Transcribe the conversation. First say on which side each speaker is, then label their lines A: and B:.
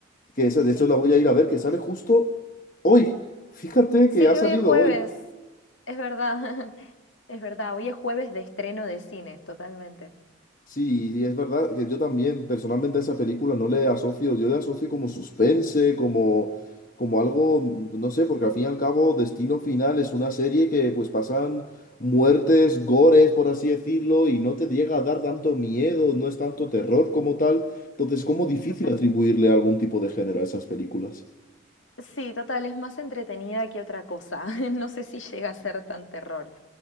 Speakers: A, on the left; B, on the left.
A: que esa de hecho
B: Sí.
A: la voy a ir a ver, que sale justo hoy. Fíjate
B: Sí,
A: que ha salido
B: hoy es jueves.
A: hoy.
B: Es verdad. <laughs> Es verdad, hoy es jueves de estreno de cine, totalmente.
A: Sí, y es verdad que yo también personalmente a esa película no le asocio, yo le asocio como suspense, como, como algo, mm, no sé, porque al fin y al cabo Destino Final es una serie que pues pasan muertes, gores, por así decirlo, y no te llega a dar tanto miedo, no es tanto terror como tal, entonces es como difícil
B: Total.
A: atribuirle algún tipo de género a esas películas.
B: Sí, total, es más entretenida que otra cosa. <laughs> No sé si llega a ser tan terror.